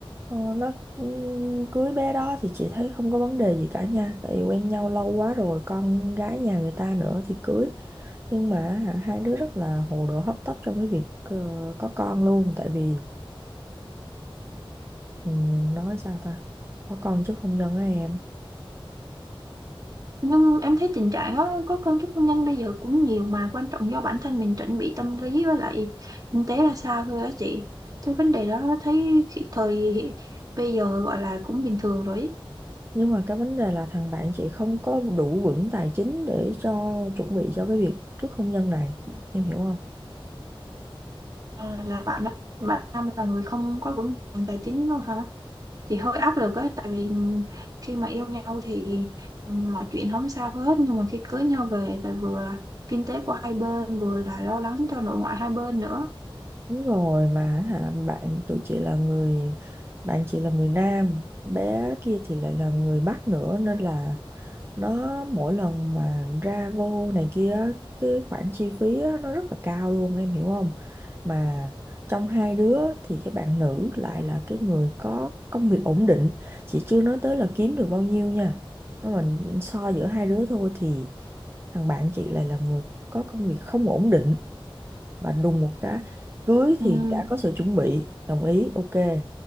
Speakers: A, on the right (about 25°); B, on the right (about 40°).
A: ờ, nó cũng cưới bé đó thì chị thấy không có vấn đề gì cả nha tại vì quen nhau lâu quá rồi con gái nhà người ta nữa thì cưới nhưng mà hả, hai đứa rất là hồ đồ hấp tấp trong cái việc ờ, có con luôn tại vì ừm, nói sao ta có con chứ không nhân á em
B: nhưng em thấy tình trạng đó có công thức hôn nhân bây giờ cũng nhiều mà quan trọng do bản thân mình chuẩn bị tâm lý với lại kinh tế ra sao thôi á chị chứ vấn đề đó thấy khi- thời bây giờ gọi là cũng bình thường rồi ý.
A: nhưng mà cái vấn đề là thằng bạn chị không có đủ vững tài chính để cho chuẩn bị cho cái việc trước hôn nhân này em hiểu không
B: À, là bạn đó bạn Nam là người không có vững vàng tài chính đâu hả thì hơi áp lực á tại vì khi mà yêu nhau thì mọi chuyện không sao hết nhưng mà khi cưới nhau về thì vừa là kinh tế của hai bên vừa là lo lắng cho nội ngoại hai bên nữa
A: Đúng rồi mà hả bạn tụi chị là người bạn chị là người Nam bé kia thì lại là người Bắc nữa nên là nó mỗi lần mà ra vô này kia á, cái khoản chi phí á, nó rất là cao luôn em hiểu không mà trong hai đứa thì cái bạn nữ lại là cái người có công việc ổn định chị chưa nói tới là kiếm được bao nhiêu nha nó mình so giữa hai đứa thôi thì thằng bạn chị lại là người có công việc không ổn định và đùng một cái cưới
B: Ừm,
A: thì đã có sự chuẩn bị đồng ý ok